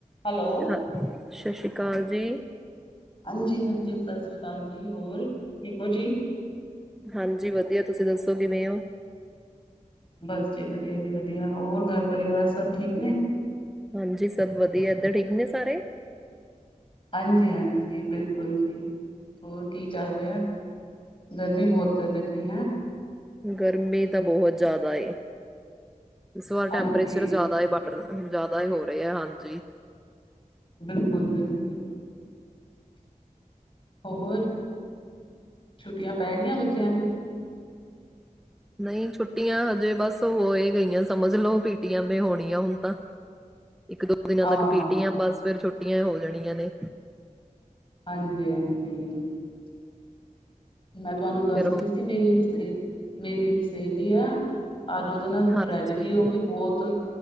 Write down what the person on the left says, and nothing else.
Hello
ਹਾਂਜੀ ਹਾਂਜੀ ਸਤਿ ਸ੍ਰੀ ਅਕਾਲ ਜੀ ਹੋਰ ਠੀਕ ਹੋ ਜੀ।
ਬਸ ਜੀ ਵਧੀਆ ਜੀ ਵਧੀਆ ਹੋਰ ਘਰ ਪਰਿਵਾਰ ਸਭ ਠੀਕ ਨੇ
ਹਾਂਜੀ ਹਾਂਜੀ ਬਿਲਕੁਲ ਜੀ ਹੋਰ ਕੀ ਚੱਲ ਰਿਹਾ ਗਰਮੀ ਬਹੁਤ ਕਰ ਰਖੀ ਹੈਂ।
ਹਾਂਜੀ
ਬਿਲਕੁਲ ਬਿਲਕੁਲ ਹੋਰ ਛੁੱਟੀਆਂ ਪੈ ਗਈਆਂ ਬੱਚਿਆਂ ਦੀ?
ਹਾਂ
ਹਾਂ
ਹਾਂਜੀ-ਹਾਂਜੀ ਮੈਂ ਤੁਹਾਨੂੰ
ਦੱਸ ਰਹੀ
ਸੀ ਮੇਰੀ ਮੇਰੀ ਇੱਕ ਸਹੇਲੀ ਆ। ਅੱਜ ਉਹਦੇ ਨਾਲ
ਟ੍ਰੈਜਡੀ ਹੋ ਗਈ ਬਹੁਤ